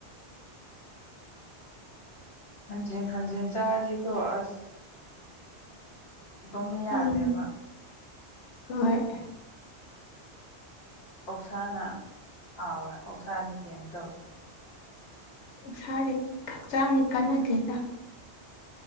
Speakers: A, on the left; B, on the left.
A: <inaudible> ꯍꯖꯤ ꯍꯖꯤ ꯆꯥꯀꯣ ꯑꯁ ꯇꯨꯝꯝꯕ ꯌꯥꯗꯦꯕ
B: ꯎꯝ ꯍꯣꯏ
A: ꯑꯣꯁꯥꯅ ꯍꯥꯎꯋꯦ ꯑꯣꯧꯁꯥꯗꯤ ꯀꯩꯝ ꯇꯧꯗꯕ
B: ꯁꯔꯦ ꯈꯛ ꯆꯥꯡꯀꯅꯗꯦꯗ